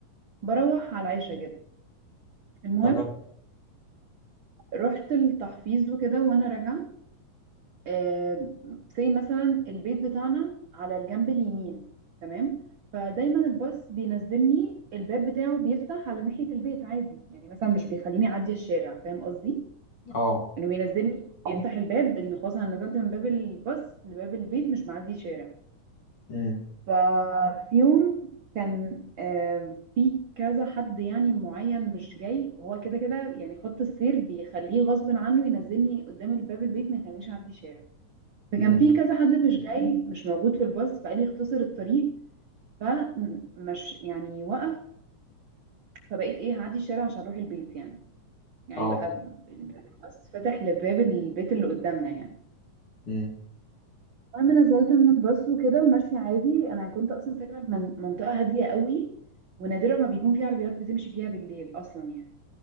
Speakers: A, on the right; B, on the left.
A: بروح على العشاء كده المهم
B: تمام
A: رحت التحفيظ وكده وانا راجعة آه، زي مثلا البيت بتاعنا على الجنب اليمين تمام فدايما الباص بينزلني الباب بتاعه بيفتح على ناحية البيت عادي يعني مثلا مش بيخليني اعدي الشارع فاهم قصدي
B: اه
A: انه بينزلني اه يفتح الباب ان خلاص انا نزلت من باب الباص لباب البيت مش بعدي شارع
B: امم
A: ففي يوم كان آه، في كذا حد يعني معين مش جاي هو كده كده يعني خط السير بيخليه غصب عنه ينزلني قدام الباب البيت ما يخلينيش اعدي شارع فكان
B: امم
A: في كذا حد مش جاي مش موجود في الباص فقال لي اختصر الطريق فمش يعني وقف فبقيت ايه هعدي الشارع عشان اروح البيت يعني يعني
B: اه
A: بقى ب- الباص فتح لباب البيت اللي قدامنا يعني
B: امم
A: المهم نزلت من الباص وكده وماشية عادي انا كنت اصلا ساكنة في من- منطقة هادية قوي ونادرا ما بيكون في عربيات بتمشي فيها بالليل اصلا يعني